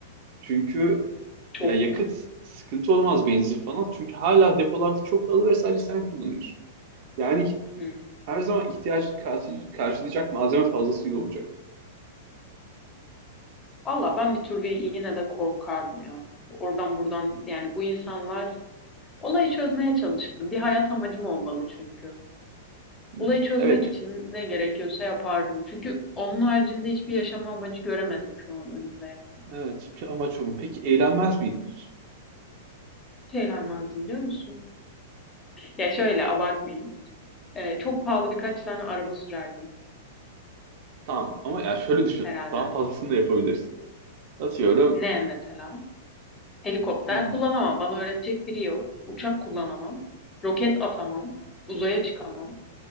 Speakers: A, on the right; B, on the left.
A: Çünkü
B: Çok.
A: ya yakıt sıkıntı olamaz benzin falan. Çünkü hala depolarda çok fazla ve sadece sen kullanıyorsun. Yani
B: Hı.
A: her zaman ihtiyacını karşı- karşılayacak malzeme fazlasıyla olacak.
B: Valla ben bir türlü yine de korkardım ya. Oradan buradan yani bu insanlar olayı çözmeye çalışırdım. Bir hayat amacım olmalı çünkü.
A: Hı.
B: Olayı çözmek
A: Evet, bir-
B: için ne gerekiyorsa yapardım. Çünkü onun haricinde hiçbir yaşam amacı göremedim şu an önümde ya.
A: evet. Ki Amaç o mu? Peki eğlenmez miydin hiç?
B: Şeyler lazım biliyor musun? Ya şöyle abartmayayım. Ee, çok pahalı birkaç tane araba sürerdim
A: Tamam ama ya şöyle düşün.
B: herhalde.
A: Daha fazlasını da yapabilirsin. Atıyorum.
B: Ne mesela? Helikopter
A: hmm,
B: kullanamam. Bana öğretecek biri yok. Uçak kullanamam. Roket atamam. Uzaya çıkamam.